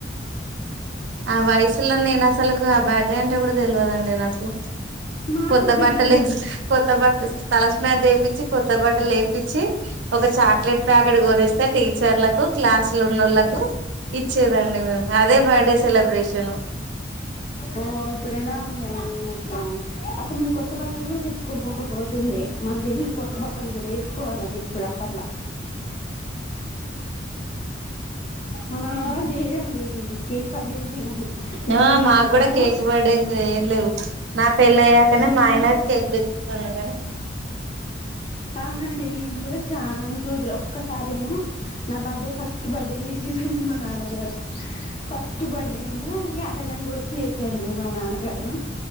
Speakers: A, on the right (about 65°); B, on the left (about 30°).
A: ఆ వయసులో నేను అసలులకు ఆ బ్యాడ్డే అంటే కూడా తెలియదుండి నాకు
B: మాకు
A: కొత్తబాట్టలే
B: కూడా తెలీదండి
A: కొత్తబట్ట తల స్నానం చెపి చ్చి కొత్త బట్టలు ఎపిచ్చి ఒక చాక్లెట్ ప్యాకెట్ గురిస్తే టీచర్లకు క్లాసుల ఉన్నాళ్లకు ఇచ్చేదండి మేము అదే బడే సెలబ్రేషను
B: ఓ ఇప్పుడు ఎలా ఉందండి మొత్తం అసలు మేం కొత్త బటలు కూడా దచ్ కుభొపోత్ తుండే మాకు తెలీదు కొత్త బట్టలు కూడా ఎస్ కోవాలని ఇప్పుడు అప్పట్లా మా నాన్నవాళ్ళు
A: ఉమ్
B: చేయడం లేదు ఈ కేక్ కట్ చేసుడు ఇవన్నీ ఇప్పుడేమో
A: ఆ మాకు కూడా
B: పాప
A: కేక పడేది ఏం లేవు నా పెళ్ళ అయ్యాకనే
B: ఇప్పుడేమో
A: మా ఆయన తెపిస్తుంది
B: అవునండి నేను కూడా చాన్ రోజులు ఒక్కసారేమో నా బర్త్డే ఫస్ట్ బర్త్డే చేసి నిజానికి మా నాన్నగారు ఫస్ట్ బర్డే నే అంటే కలంగోశి ఎసరన్డి మా నాన్న గారు